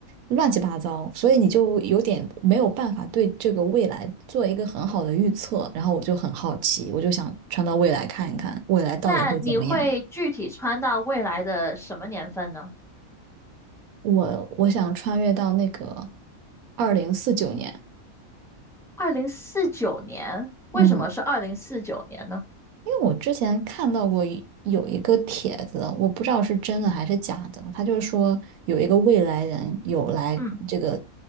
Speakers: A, on the right; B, in the centre.
A: 乱七八糟，所以你就有点没有办法对这个未来做一个很好的预测，然后我就很好奇，我就想穿到未来看一看，未来到底会怎么样。
B: 那你会具体穿到未来的什么年份呢？
A: 我我想穿越到那个二零四九年，
B: 二零四九年。为什么是二零四九年呢？
A: 嗯，因为我之前看到过一有一个帖子，我不知道是真的还是假的，他就是说有一个未来人有来这个
B: 嗯